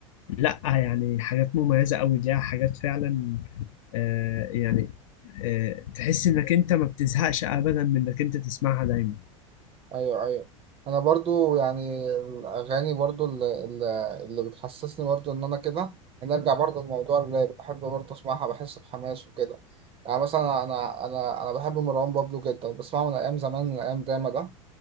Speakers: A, on the left; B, on the right.
A: لا يعني حاجات مميزه قوي ليها حاجات فعلا آه يعني آه تحس انك انت ما بتزهقش ابدا من انك انت تسمعها دايما
B: ايوه ايوه انا برضو يعني الاغاني برضو اللي, اللي بتحسسني برضو ان انا كده انا ارجع برضو لموضوع الراب بحب برضو اسمعها بحس بحماس وكده يعني مثلا انا انا انا بحب مروان بابلو جدا بسمعه من ايام زمان من ايام داما ده